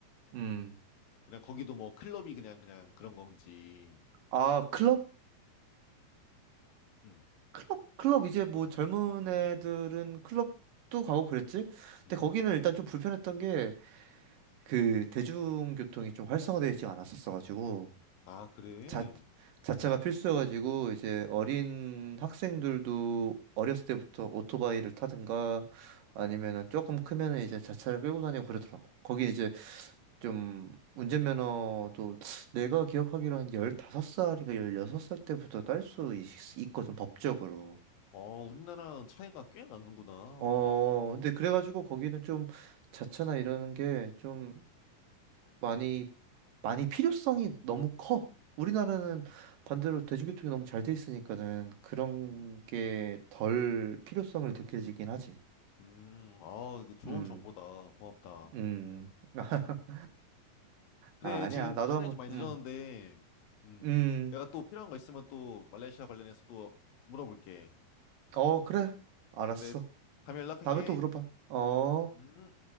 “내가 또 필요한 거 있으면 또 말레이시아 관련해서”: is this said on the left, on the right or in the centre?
Left